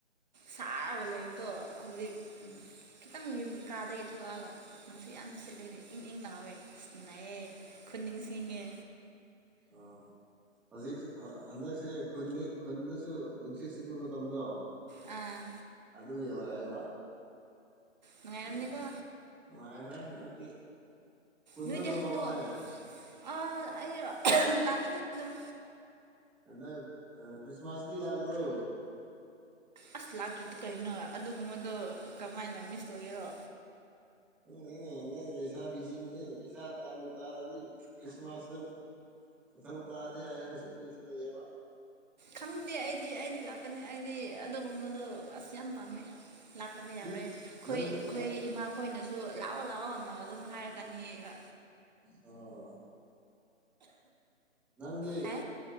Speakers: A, on the right; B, in the centre.
A: ꯁꯥꯔꯒ ꯂꯩꯕꯗꯣ ꯍꯧꯖꯤꯛ
B: ꯎꯝ
A: ꯈꯤꯇꯪ ꯌꯨꯝ ꯀꯥꯗꯒꯤ ꯊꯣꯛꯂꯛꯑꯒ ꯅꯨꯡꯁꯨꯠ ꯌꯥꯝ ꯁꯤꯠꯂꯤꯅꯦ ꯏꯪ ꯏꯪ ꯂꯥꯎꯋꯦ ꯅꯨꯡꯉꯥꯏꯌꯦ ꯈꯨꯟ ꯅꯤꯡꯁꯤꯡꯉꯦ
B: <unintelligible> ꯍꯧꯖꯤꯛ ꯍꯟꯗꯛꯁꯦ ꯈꯨꯟ ꯈꯨꯟꯗꯁꯨ ꯅꯨꯡꯁꯤꯠ ꯁꯤꯠꯄ ꯃꯇꯝꯗꯣ
A: ꯑꯥ
B: ꯑꯗꯨ ꯌꯧꯔꯛꯑꯦꯕ
A: ꯅꯨꯡꯉꯥꯏꯔꯝꯅꯤꯀꯣ
B: <unintelligible> ꯅꯨꯉꯥꯏꯈ꯭ꯔꯦ ꯍꯟꯗꯛꯇꯤ ꯈꯨꯟꯗ
A: ꯅꯣꯏꯗꯤ
B: ꯊꯣꯛꯂꯛꯑꯣꯅꯦ
A: ꯍꯩꯅꯧ ꯑꯥ ꯑꯩꯔꯣ ꯂꯥꯛꯀꯅꯤ ꯑꯗꯨꯝ
B: ꯅꯪ ꯀ꯭ꯔꯤꯁꯃꯁꯇꯤ ꯂꯥꯛꯀꯗ꯭ꯔꯣ
A: ꯑꯁ ꯂꯥꯛꯇ꯭ꯔꯗꯤ ꯀꯩꯅꯣ ꯑꯗꯨꯒꯨꯝꯕꯗꯣ ꯀꯃꯥꯏꯅ ꯃꯤꯁ ꯇꯧꯒꯦꯔꯣ
B: <unintelligible> ꯂꯩꯁꯥꯕꯤꯁꯤꯡꯁꯦ ꯄꯩꯁꯥ ꯇꯥꯕꯨ ꯇꯥꯔꯗꯤ ꯀ꯭ꯔꯤꯁꯃꯁꯇꯨ ꯃꯊꯧ ꯇꯥꯗꯦ ꯍꯥꯏꯕꯁꯨ ꯃꯤꯁꯨ ꯂꯩꯌꯦꯕ
A: ꯈꯪꯗꯦ ꯑꯩꯗꯤ ꯑꯩꯗꯤ ꯂꯥꯛꯀꯅꯤ ꯑꯩꯗꯤ ꯑꯗꯨꯒꯨꯝꯕꯗꯣ ꯑꯁ ꯌꯥꯝ ꯄꯥꯝꯃꯦ ꯂꯥꯛꯇꯕ
B: ꯁꯤ
A: ꯌꯥꯔꯣꯏꯍꯦ ꯑꯩꯈꯣꯏ
B: ꯅꯪꯒꯤ
A: ꯑꯩꯈꯣꯏ
B: ꯅꯪ
A: ꯏꯃꯥꯈꯣꯏꯅꯁꯨ ꯂꯥꯛꯑꯣ ꯂꯥꯛꯑꯣꯅ ꯑꯗꯨꯝ ꯍꯥꯏꯔꯛꯀꯅꯤꯕ
B: ꯑꯣ ꯅꯪꯗꯤ
A: ꯍꯦ